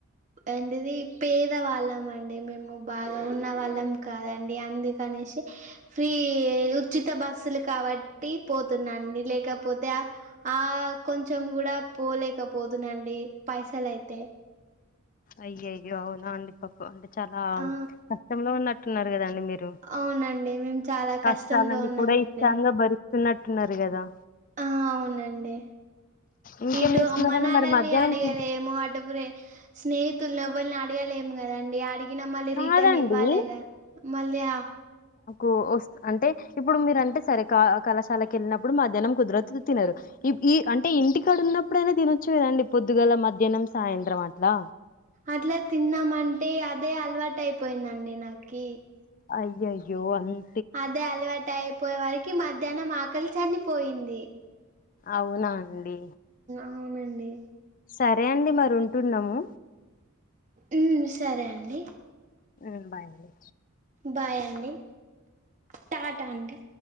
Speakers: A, on the right (about 35°); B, on the left (about 40°).
A: ఏంటిది పేదవాళ్ళం అండి మేము బాగా ఉన్న వాళ్ళం కాదండి అందుకనేసి ఫ్రీ ఉచిత బస్సులు కాబట్టి పోతున్నాండి లేకపో పోతే ఆ కొంచెం కూడా పోలేకపోదునండి పైసలయితే
B: అయ్యయ్యో అవునా అండి పకు అంటే చాలా
A: ఆ
B: కష్టంలో ఉన్నట్టున్నారు కదండి మీరు
A: అవునండి మేము చాలా
B: కష్టాలని
A: కష్టంలో ఉన్నామండి
B: కూడా ఇష్టంగా భరిస్తున్నట్టున్నారు కదా
A: ఆ అవునండి
B: ఇంకేం
A: ఇటు
B: చేస్తున్నారండి
A: అమ్మ నాన్నల్ని
B: మరి మధ్యాహ్నం
A: అడిగాలేము
B: తి
A: అటు ప్రె స్నేహితులు వాళ్ళని అడగాలే ఏం కదండి అడిగినా మళ్ళీ
B: కాదండి
A: రిటర్న్ ఇవ్వాలిగ మళ్ళీ
B: ఓ అంటే ఇప్పుడు మీరుంటే సరే కళాశాలకు వెళ్ళినప్పుడు మాధ్యాహ్నం కుదరదు తినరు ఇప్పు ఈ అంటే ఇంటికాడ ఉన్నప్పుడైనా తినొచ్చు కదండి పొద్దుగల మధ్యాహ్నం సాయంత్రం అట్లా
A: అట్లా తిందామంటే అదే అలవాటు అయిపోయిందండి నాకి
B: అయ్యయ్యో అంత
A: అదే అలవాటు అయిపోయే వారికి మధ్యాహ్నం ఆకలి చనిపోయింది
B: అవునా అండి
A: అవునండి
B: సరే అండి మరి ఉంటున్నాము
A: ఉమ్ సరే అండి
B: ఉమ్ బాయ్ అండి
A: బాయ్ అండి టాటా అండి